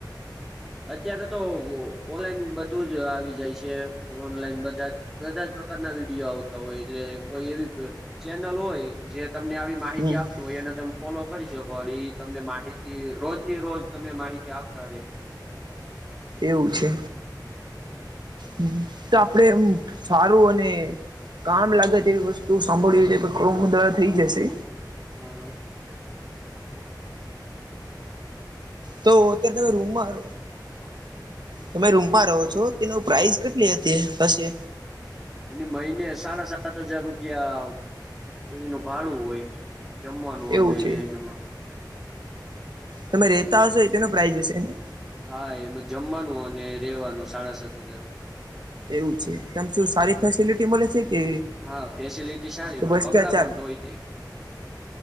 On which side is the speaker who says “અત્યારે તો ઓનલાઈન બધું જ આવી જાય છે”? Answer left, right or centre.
Centre